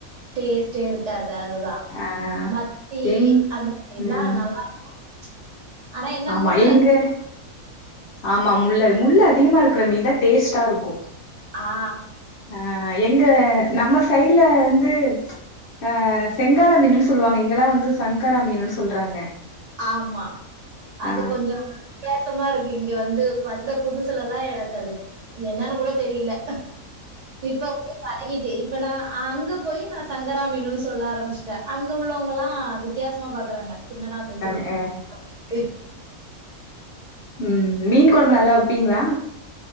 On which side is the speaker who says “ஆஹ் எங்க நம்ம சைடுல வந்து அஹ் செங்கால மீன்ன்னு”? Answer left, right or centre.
Left